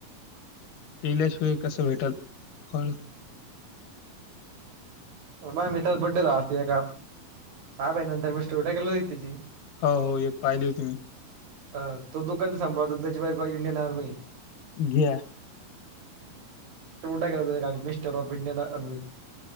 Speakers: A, on the left; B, on the right.
A: केले शुय कसं भेटल फळ
B: बाई मीथच बड्डेचा असते का हा भाई नन र्मेोटेलो जी
A: हो हो एक पाहिले हो तुम्ही
B: अ तो दुकान सांभाळतो त्याच्या बाय इंडियन आर्मी
A: घ
B: तेवढं टाकलं होतं मिस्टर ऑफ इंडियाना अनवी